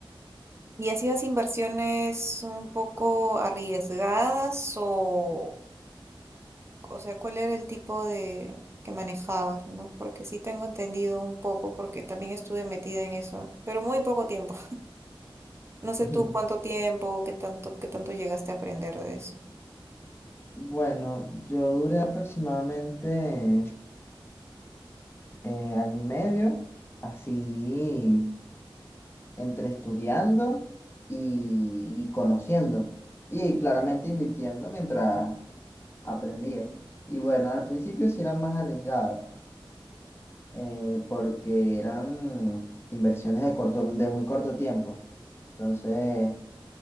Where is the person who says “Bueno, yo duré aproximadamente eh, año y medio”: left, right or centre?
Left